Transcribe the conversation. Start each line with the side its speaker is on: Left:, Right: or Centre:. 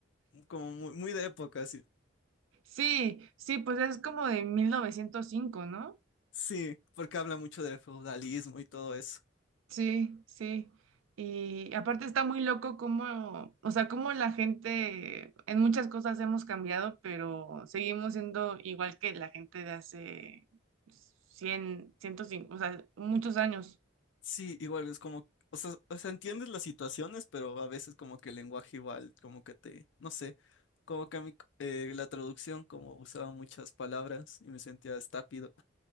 Left: como muy, muy de época, sí.
Right: Sí, sí, pues es como de 1905, ¿no?
Left: Sí, porque habla mucho del feudalismo y todo eso.
Right: Sí, sí. Y aparte está muy loco cómo, o sea, cómo la gente, en muchas cosas hemos cambiado, pero seguimos siendo igual que la gente de hace cien, ciento 105, o sea, muchos años.
Left: Sí, igual es como, o sea, o sea, entiendes las situaciones, pero a veces como que el lenguaje igual, como que te, no sé, como que a mí eh, la traducción como usaba muchas palabras y me sentía estápido